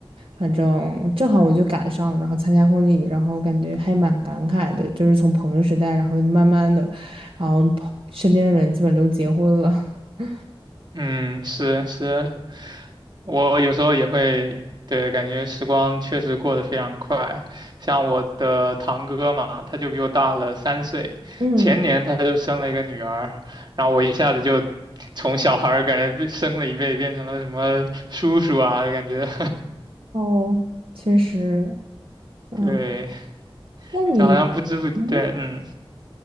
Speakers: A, on the right; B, on the right.
A: 反正正好我就赶上了，然后参加婚礼，然后感觉还蛮感慨的，就是从朋友时代，然后慢慢的，然后朋身边的人基本都结婚了。<laughs>
B: 嗯，是是，我有时候也会，对，感觉时光确实过得非常快。像我的堂哥嘛，他就比我大了三岁，
A: 嗯，
B: 前年他就生了一个女儿，然后我一下子就从小孩儿感觉被升了一辈，变成了什么叔叔啊，就感觉，
A: 哦，确实，
B: <laughs>
A: 嗯，
B: 对，
A: 那你，
B: 就好像不知不，
A: 嗯，
B: 对，嗯，